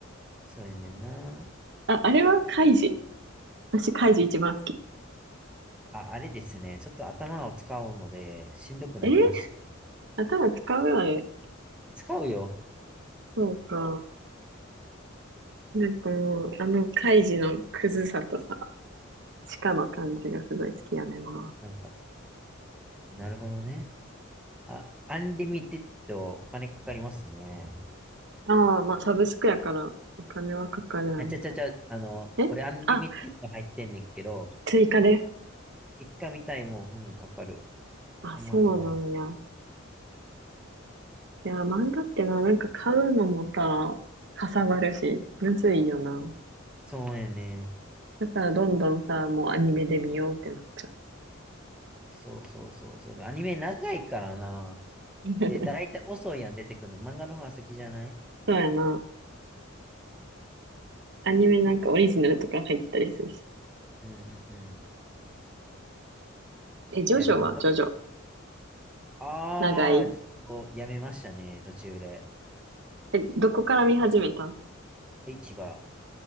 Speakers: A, in the centre; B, on the right.
A: そうやねんな。
B: あ、あれはカイジ。私カイジ一番好き。
A: あ、あれですね。ちょっと頭を使うので、しんどくなりましたね。
B: えー頭使うよね。
A: 使うよ。
B: そうか。なんかもう、あのカイジのクズさとさ、地下の感じがすごい好きやねんな。
A: なんか、なるほどね。あ、アンリミテッドお金かかりますね。
B: ああ、まあサブスクやからお金はかかるやろ。
A: あ、ちゃちゃちゃ、あの、
B: えあ、
A: 俺アンリミテッド入ってんねんけど、
B: 追加で。
A: 結果見たいもん、うん、かかる。
B: あ、
A: あんま変わらん。
B: そうなんや。いや、漫画ってな、なんか買うのもさ、かさばるし、むずいよな。
A: そうやね。
B: だからどんどんさ、もうアニメで見ようってなっちゃう。
A: そうそうそうそう。で、アニメ長いからな。
B: <laughs>
A: で、だいたい遅いやん出てくるの。漫画の方が先じゃない
B: そうやな。アニメなんかオリジナルとか入ったりするし。
A: うんうんうん。
B: え、ジョジョはジョジョ。
A: いや、でも多ああ、
B: 長い。
A: ちょっとやめましたね、途中で。
B: え、どこから見始めた
A: 一から。